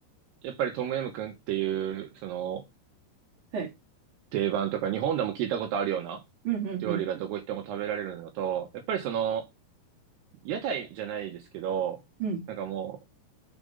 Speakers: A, on the right (about 75°); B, on the right (about 35°).
A: やっぱりトムヤムクンっていう、その、
B: <laughs> はい
A: 定番とか、日本でも聞いたことあるような
B: うんうんうん
A: 料理がどこ行っても食べられるのと、やっぱりその、屋台じゃないですけど、
B: うん
A: なんかもう、